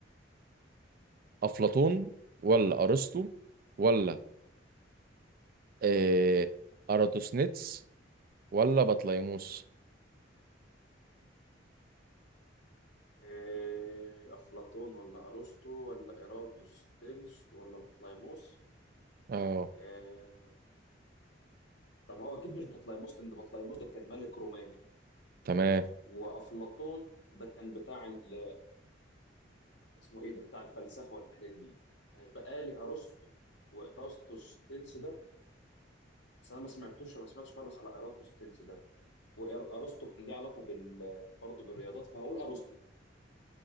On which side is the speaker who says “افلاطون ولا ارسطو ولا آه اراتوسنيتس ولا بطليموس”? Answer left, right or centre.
Right